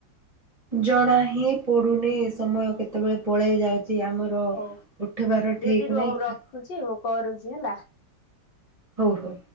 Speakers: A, on the right (about 20°); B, on the left (about 70°).
A: ଜଣା ହିଁ ପଡୁନି ସମୟ କେତେବେଳେ ପଳେଇ ଯାଉ ଛି ଆମର
B: ହଉ
A: ଉଠିବାର
B: ଦିଦି
A: ଠିକ
B: ରୁହ
A: ନାହିଁ।
B: ମୁଁ ରଖୁଛି ମୁଁ କରୁଛି ହେଲା।
A: ହଉ ହଉ।